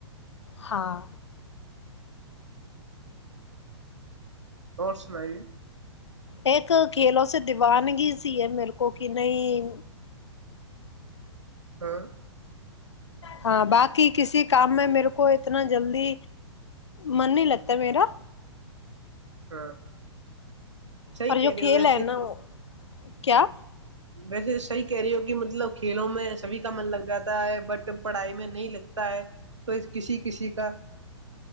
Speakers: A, on the left; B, on the right.
A: ہاں
B: اور سنائی
A: ایک کھیلوں سے دیوانگی سی ہے میرے کو کہ نہیں
B: ہاں
A: ہاں باقی کسی کام میں میرے کو اتنا جلدی من نہیں لگتا میرا
B: ہاں سی
A: پر
B: کر
A: جو
B: رہے
A: کھیل
B: ہو ویسے
A: ہے نا
B: تو
A: کیا
B: ویسے صحیح کہہ رہی ہو کہ مطلب کھیلوں میں سبھی کا من لگ جاتا ہے بٹ پڑھائی میں نہیں لگتا ہے تو کسی کسی کا